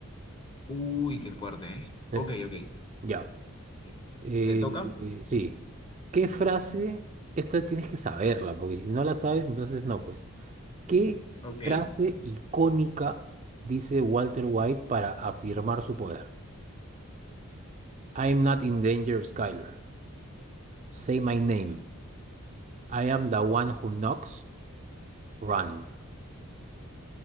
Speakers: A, on the left; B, on the right.
A: Uy, qué fuerte, ¿eh?
B: Eh,
A: Ok, ok,
B: ya.
A: ok.
B: Eh,
A: ¿Te toca?
B: eh, sí. ¿Qué frase? Esta tienes que saberla, porque si no la sabes, entonces no, pues. ¿Qué
A: Ok.
B: frase
A: <laughs>
B: icónica dice Walter White para afirmar su poder? I am not in danger, Skyler. Say my name. I am the one who knocks. Run.